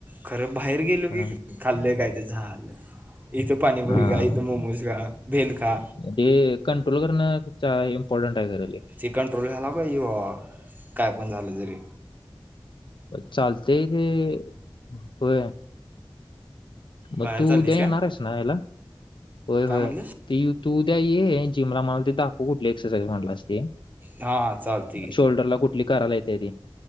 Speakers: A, on the right; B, on the left.
A: खरं बाहेर र गेलो की
B: हा
A: खाल्ल का इथं झालं, इथं पाणीपुरी
B: हा
A: खा, इथं मोमोज खा. भेल खा.
B: ते कंट्रोल करणं इम्पॉर्टंट आहे खरं लय
A: ते कंट्रोल झाला पाहिजे बॉ. काय पण झालं जरी.
B: चालते ते होय. म
A: बाहेर
B: तू
A: चाललीस
B: उद्या येणार
A: काय
B: आहेस ना याला, होय, होय,
A: काय म्हणलंस
B: ती तू उद्या ये. जिमला मला ते दाखवू कुठली एक्सरसाइज म्हटलास ती,
A: हां चालते की
B: शोल्डरला कुठली करायला. येते ती